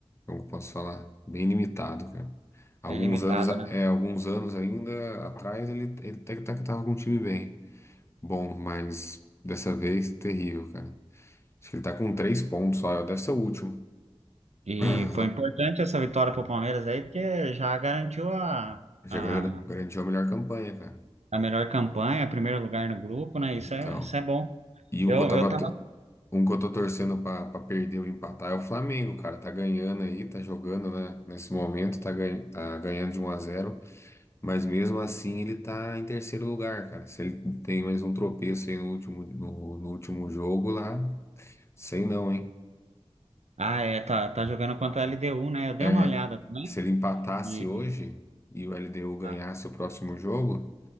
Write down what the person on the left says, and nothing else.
como eu posso falar, bem limitado, cara. Alguns
anos, a-
é, alguns anos ainda atrás ele, ele até que tá- que tava com um time bem. Bom, mas dessa vez terrível, cara. Acho que ele tá com três pontos só, deve ser o último.
<clears throat>
Já
gar- garantiu a melhor campanha, cara.
Então,
e um
que eu tava,
t- um que eu tô torcendo pra, pra perder ou empatar é o Flamengo, cara. Tá ganhando aí, tá jogando, né? Nesse momento, tá, ganha- tá ganhando de um a zero. mas mesmo assim ele tá em terceiro lugar, cara. Se ele tem mais um tropeço aí no último, no, no último jogo lá, sei não, hein?
É,
se ele empatasse
hoje e o LDU ganhasse
o próximo jogo,